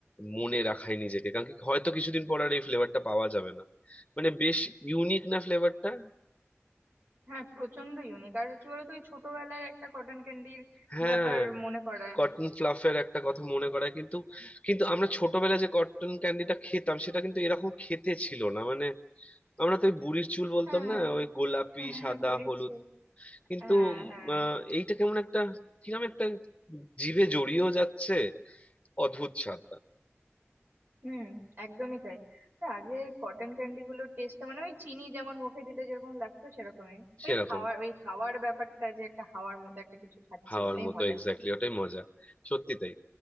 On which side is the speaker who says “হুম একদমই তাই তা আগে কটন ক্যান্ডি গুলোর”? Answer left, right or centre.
Right